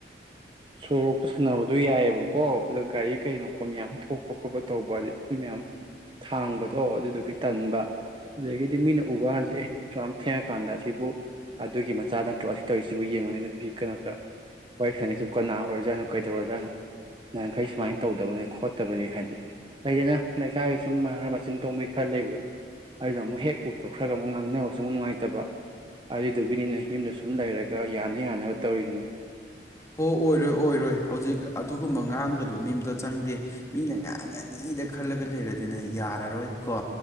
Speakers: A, on the right (about 30°); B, on the left (about 15°).
A: ꯁꯣꯔꯣꯛꯇ ꯁꯥꯟꯅꯕꯗꯣ ꯌꯥꯏꯑꯦꯕꯀꯣ ꯑꯗꯣ ꯒꯥꯔꯤ ꯀꯔꯤ ꯃꯈꯣꯟ ꯌꯥꯝ ꯊꯣꯛꯄ ꯈꯣꯠꯄ ꯇꯧꯕ ꯑꯗꯩ ꯎꯐꯨꯝ ꯃꯌꯥꯝ ꯊꯥꯡꯕꯗꯣ ꯑꯗꯨꯗꯨꯒꯤ ꯇꯟꯕ ꯑꯗꯨꯗꯒꯤꯗꯤ ꯃꯤꯅ ꯎꯕ ꯀꯥꯟꯁꯨ ꯑꯦ ꯁꯨ ꯌꯥꯝ ꯊꯦꯡꯉꯀꯥꯟꯗ ꯑꯁꯤꯕꯨ ꯑꯗꯨꯒꯤ ꯃꯆꯥ ꯅꯠꯇ꯭ꯔꯣ ꯑꯁꯤ ꯇꯧꯔꯤꯁꯤꯕꯨ ꯌꯦꯡꯉꯨꯅꯤꯅ ꯄꯤ ꯀꯩꯅꯣ ꯀ ꯋꯥꯔꯤ ꯁꯥꯟꯅꯩꯁꯤ ꯀꯅꯥ ꯑꯣꯏꯔꯖꯥꯠꯅꯣ ꯀꯩꯗꯧꯔꯖꯥꯠꯅꯣ ꯅꯍꯟꯈꯩ ꯁꯨꯃꯥꯏꯅ ꯇꯧꯗꯕꯅꯤ ꯈꯣꯠꯇꯕꯅꯤ ꯍꯥꯏꯕꯗꯤ ꯂꯩꯗꯅ ꯂꯩꯀꯥꯏꯒꯤ ꯁꯨꯝ ꯃꯆꯤꯟ ꯇꯣꯡꯕꯤ ꯈꯔ ꯂꯩꯕꯗꯣ ꯑꯗꯨꯗ ꯑꯃꯨꯛ ꯍꯦꯛ ꯎꯊꯣꯛꯈ꯭ꯔꯒ ꯑꯃꯨꯛ ꯉꯥꯡꯅꯕꯁꯨ ꯑꯃꯨꯛ ꯅꯨꯡꯉꯥꯏꯇꯕ ꯑꯗꯨꯗꯨꯒꯤꯅꯤꯅꯦ ꯌꯨꯝꯗ ꯁꯨꯝ ꯂꯩꯔꯒ ꯌꯥꯅ ꯌꯥꯅꯕ ꯇꯧꯔꯤꯗꯨꯅꯦ
B: ꯍꯣ ꯑꯣꯏꯔꯣꯏ ꯑꯣꯏꯔꯣꯏ ꯍꯧꯖꯤꯛ ꯑꯗꯨꯒꯨꯝꯕ ꯉꯥꯡꯒꯗꯨꯕ ꯃꯤ ꯑꯝꯇ ꯆꯪꯗꯦ ꯃꯤꯅ ꯉꯥꯡꯉꯅꯤꯗ ꯈꯜꯂꯒ ꯂꯩꯔꯗꯤꯅꯦ ꯌꯥꯔꯔꯣꯏ ꯀꯣ